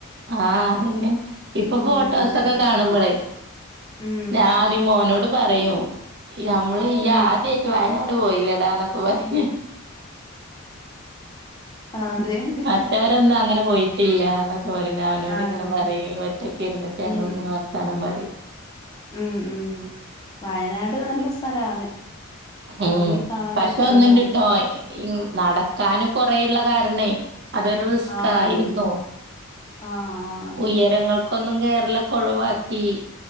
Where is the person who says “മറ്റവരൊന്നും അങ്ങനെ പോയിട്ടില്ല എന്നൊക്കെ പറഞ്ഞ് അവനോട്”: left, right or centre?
Right